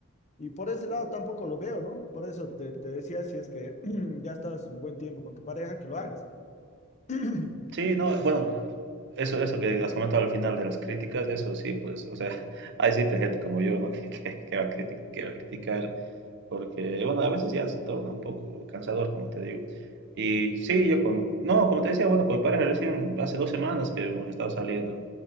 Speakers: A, on the left (about 35°); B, on the right (about 55°).
A: Y por ese lado tampoco lo veo, ¿no? Por eso te, te decía, si es que <clears throat> ya estás un buen tiempo con tu pareja, que lo hagas. <clears throat>
B: Sí, no, bueno, eso, eso que has comentado al final de las críticas, eso sí, pues, o sea, <laughs> hay siempre gente como yo, ¿no? <laughs> Que, que- que va a criti- que va a criticar, porque, bueno, a veces ya se torna un poco cansador, como te digo. Y sí, yo, con, no, como te decía, bueno, con mi pareja recién hace dos semanas que hemos estado saliendo.